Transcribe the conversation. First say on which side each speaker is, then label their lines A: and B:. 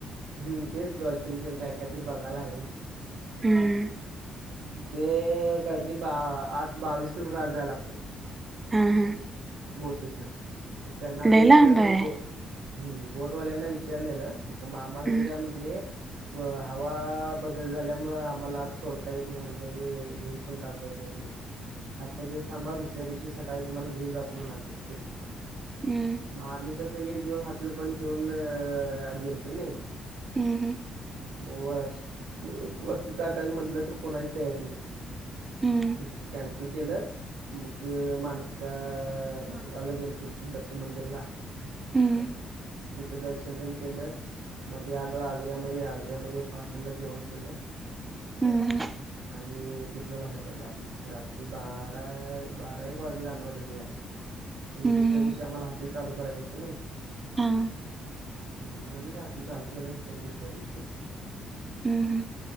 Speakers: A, on the right (about 85°); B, on the right (about 25°).
A: हम् तेच डॉल्फिन तेन काय काय तरी बघायला आहे.
B: हम्म.
A: ते कायतरी बा आत बावीस किलोमीटर आत जाया लागतंय.
B: हा हां.
A: बोटीत न, त्यांना आम्ही
B: लय
A: विचारलेलं
B: लांब आहे
A: ब-बोटवाल्यांना विचारलेलं. मामाला
B: हम्म
A: ते काय म्हनले व हवा बदल झाल्यामूळ आम्हाला आज सोडता येत नाय म्हनले आणि घेऊन पण जाता येत नाय म्हणले. आजच्या दिवस थांबा दुसऱ्या दिवशी सकाळी तुम्हाला घीऊन जातो म्हणालते त्यांनी.
B: हम्म
A: म आम्ही कसं एक दिवस हॉटेल बंद ठेवून गेल तर नाय
B: हम्म हम्म.
A: म वस- वस्ती टाकायचं म्हणलं तर कुणाची तयारी नाय.
B: हम्म
A: मग ते कॅन्सल केलं मग मानका अ माणगावला गेलीतीत दत्त मंदिरला.
B: हम्म
A: तिथं दर्शन तेन केलं. मध्ये आलो आजऱ्यामध्ये आजऱ्यामध्ये एका हॉटेलला जेवण केलं.
B: हम्म हम्म
A: आणि तिथनं बाहेर पडलो आम्ही रात बारा बारा एक वाजल्या आम्हाला घरी यायला. आणि
B: हम्म
A: दुसऱ्या दिवशी आम्हाला हॉटल चालू करायं होत नाई
B: हा
A: हम्म, आम्ही काय हॉटेल चालू केलं सोड दुसऱ्या दिवशी.
B: हम्म हम्म.